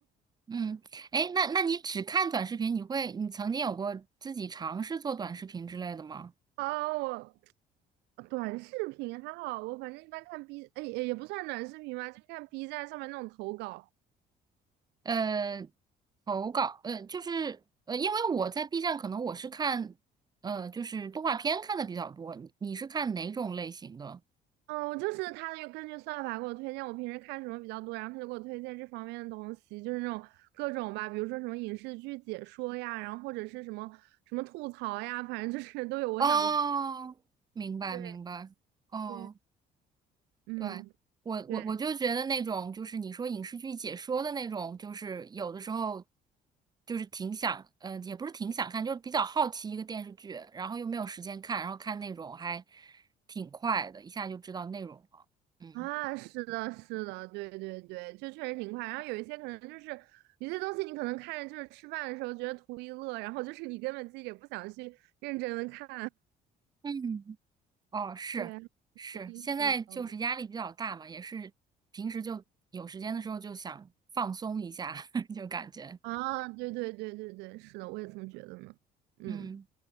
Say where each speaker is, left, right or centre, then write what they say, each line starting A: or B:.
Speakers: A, on the right (about 25°); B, on the right (about 90°).
A: 嗯，哎，那那你只看短视频，你会，你曾经有过自己尝试做短视频之类的吗？
B: 啊，我呃短视频还好，我反正一般看 B，哎也也不算短视频吧，就是看 B 站上面那种投稿，
A: 呃，投稿，呃，就是呃，因为我在 B 站，可能我是看，呃，就是动画片看的比较多。你你是看哪种类型的？
B: 嗯，我就是他就根据算法给我推荐我平时看什么比较多，然后他就给我推荐这方面的东西，就是那种各种吧，比如说什么影视剧解说呀，然后或者是什么什么吐槽呀，反正就是都有我想看。
A: 哦，明白明白，
B: 对
A: 哦。
B: 对，嗯，
A: 对，我我我就觉得那种就是你说影视剧解说的那种，
B: 对
A: 就是有的时候就是挺想，呃，也不是挺想看，就是比较好奇一个电视剧，然后又没有时间看，然后看那种还挺快的，一下就知道内容了。嗯
B: 啊，是的，是的，对对对，就确实挺快。然后有一些可能就是有些东西你可能看着就是吃饭的时候觉得图一乐，然后就是你根本自己也不想去认真的看，
A: 嗯，哦，
B: <laughs>
A: 是是，
B: 对，挺有意思的。
A: 现在就是压力比较大嘛，也是平时就有时间的时候就想放松一下，<laughs> 就感觉
B: 啊，对对对对对，是的，我也这么觉得呢。嗯，
A: 嗯。